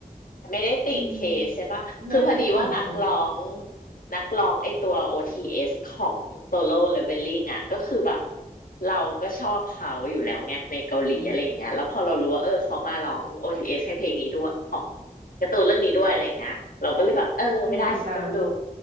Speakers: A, on the left (about 75°); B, on the right (about 80°).
A: ไม่ได้ติ่งเคใช่ปะคือพอดีว่านักร้อง
B: อืมไม่ไม่ติ่งเค
A: นักร้องไอตัว OTS ของโซโล่เลเวลลิ่งอ่ะก็คือแบบเราก็ชอบเขาอยู่แล้วไงในเกาหลีอะไรอย่างเงี้ยแล้วพอเรารู้ว่าเออเขามาร้อง
B: อ๋อ
A: OTS ให้เพลงนี้ด้วยของการ์ตูนเรื่องนี้ด้วยอะไรเงี้ยเราก็เลยแบบเออไม่ได้ฉันต้องดู
B: ก็เลยติดตาม